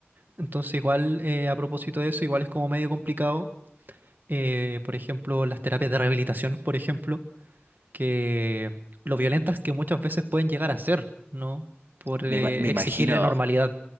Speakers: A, on the right; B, on the right.
A: Entonces, igual, eh, a propósito de eso, igual es como medio complicado. eh, por ejemplo, las terapias de rehabilitación, por ejemplo, que lo violentas que muchas veces pueden llegar a ser, ¿no? Por eh,
B: Me, ima- me imagino
A: exigirle normalidad.